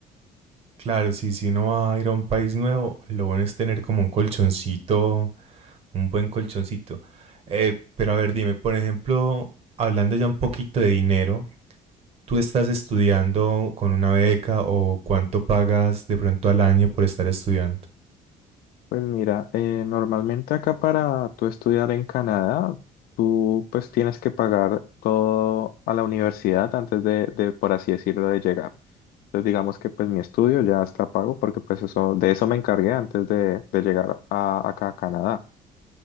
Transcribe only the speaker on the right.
Claro, si, si uno va a ir a un país nuevo, lo bueno es tener como un colchoncito, un buen colchoncito. Eh, pero a ver, dime, por ejemplo, hablando ya un poquito de dinero, ¿Tú estás estudiando con una beca o cuánto pagas de pronto al año por estar estudiando?